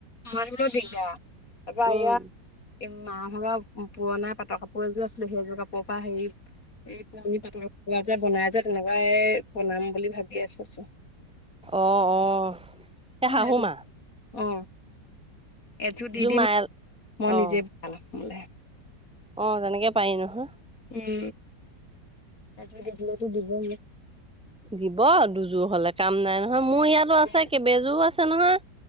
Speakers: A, on the left; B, in the centre.
A: সোমোৱাৰ থ'বলৈ দিগদাৰ তাৰ পৰা
B: উম,
A: এয়া ইমান <unintelligible> পুৰণা পাটৰ কাপোৰ এযোৰ আছিলে সেইযোৰ কাপোৰৰ পৰা হেৰি এই পুৰণি পাতল পোৱা যে বনাই যে তেনেকুৱাই বনাম বুলি ভাবিয়ে থৈছোঁ
B: অহ অহ সেই
A: অ',
B: শাহুমা
A: এযোৰ অ এযোৰ দি দিম
B: মায়ে
A: <unintelligible> মই
B: অ',
A: নিজে বনাই লয় মোলে
B: অ তেনেকে পাৰি নহয়
A: উম এযোৰ দি দিলে টো দিব মোক
B: দিব দুযোৰ হলে কাম নাই নহয় মোৰ ইয়াতো আছে
A: মোক
B: কেইবাযোৰো আছে নহয়